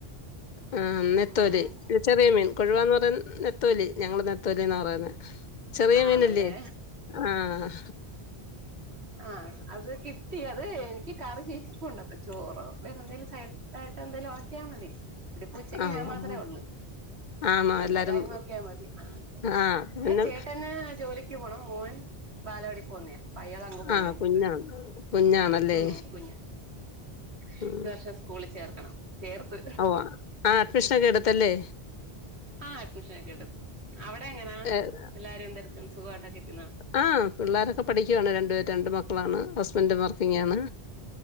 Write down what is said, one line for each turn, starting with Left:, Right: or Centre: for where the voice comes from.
Left: ആഹ് നെത്തോല്
Right: ഉം
Left: ചെറിയ മീൻ കൊഴുവാന്ന് പറ നെത്തോലി ഞങ്ങള് നെത്തോലീന്നാ പറയുന്നെ ചെറിയ
Right: ആണല്ലേ
Left: മീനില്ലേ ആഹ്
Right: ആഹ് അത് കിട്ടി അത് എനിക്ക് കറി ഇരിപ്പുണ്ട് അപ്പോ ചോറോ വേറെ എന്തേലും സൈ ഡായിട്ട് എന്തേലും ആക്കിയാൽ മതി ഇതിപ്പൊ ഉച്ചയ്ക്ക്
Left: ആഹ്
Right: ഞാൻ മാത്രേ ഉള്ളൂ
Left: ആണോ
Right: എന്റെ
Left: എല്ലാരും
Right: കാര്യം നോക്കിയാൽ മതി ആ
Left: ആഹ്
Right: ഇവിടെ
Left: പിന്നെ
Right: ചേട്ടന് ജോലി ക്ക് പോണം മോൻ ബാലവാടിയിൽ പോവുന്നെയാ <unintelligible> കോഴിണ്ട്
Left: ആഹ് കുഞ്ഞാണ് കുഞ്ഞാണല്ലേ
Right: ഉം പിന്നെ <unintelligible>
Left: ഉം
Right: സ്കൂളി ചേർക്കണം ചേർത്ത്
Left: ഓഹ് ആഹ് അഡ്മിഷനൊക്കെ എടുത്തല്ലേ
Right: ആ അഡ്മിഷൻ ഒക്കെ എടുത്ത് അവിടെ എങ്ങനാ
Left: ഏഹ്
Right: എല്ലാരും എന്തെടുക്കും സുഖമായിട്ടൊക്കെ ഇരിക്കുന്നോ
Left: ആ പിള്ളേരൊക്കെ പഠിക്കുവാണ് രണ്ടുപേരും രണ്ട് മക്കളാണ് ഹസ്ബൻഡും വർക്കിങ്ങ് ആണ്